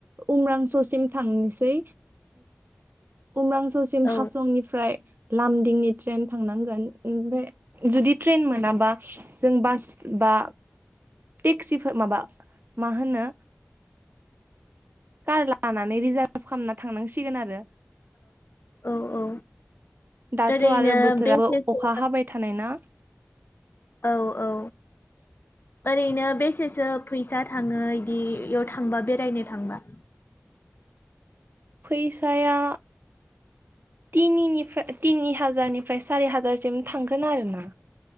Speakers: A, on the right; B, on the left.
A: उम्रांस'सिम थांनोसै। उम्रांस'सिम
B: औ
A: हाफ्लंनिफ्राय लामदिंनि ट्रेन थांनांगोन ओमफ्राय जुदि ट्रेन मोनाबा जों बास बा टेक्सिफो माबा मा होनो कार लानानै रिजार्भ खामना थांनांसिगोन आरो।
B: औ औ
A: दाथ'
B: ओरैनो
A: आरो बोथोराबो
B: बेसेसो
A: अखा हाबाय थानाय ना।
B: औ औ।
A: <inaudible>
B: ओरैनो बेसेसो फैसा थाङो इदियाव थांबा बेरायनो थांबा?
A: फैसाया तिनिनिफ्रा तिनि हाजारनिफ्राय सारि हाजारसिम थांगोन आरोना।